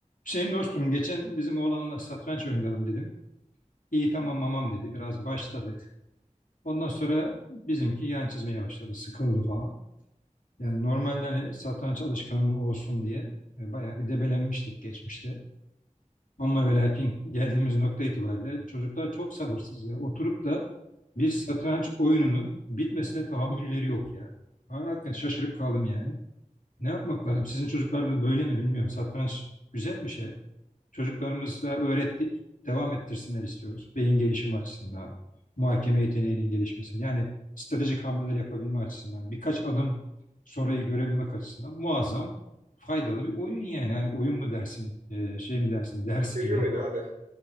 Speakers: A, on the left; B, on the right.
A: Hüseyin dostum geçen bizim oğlanla satranç oynayalım dedim. İyi tamam mamam dedi. Biraz başladık. Ondan sonra bizimki yan çizmeye başladı. Sıkıldı falan. Yani normalde hani satranç alışkanlığı olsun diye e, bayağı bir debelenmiştik geçmişte. Ama ve lakin geldiğimiz nokta itibariyle çocuklar çok sabırsız ya. Oturup da bir satranç oyununun bitmesine tahammülleri yok ya. Ben Hakikaten şaşırıp kaldım yani. Ne yapmak lazım? Sizin çocuklar da böyle mi bilmiyorum. Satranç güzel bir şey. Çocuklarımıza öğrettik, devam ettirsinler istiyoruz. Beyin gelişimi açısından, muhakeme yeteneğinin gelişmesi, yani stratejik hamleler yapabilme açısından, birkaç adım sonrayı görebilmek açısından muazzam faydalı bir oyun yani. Yani oyun mu dersin, e, şey mi dersin, <laughs> ders
B: Strateji
A: gibi.
B: oyunu abi.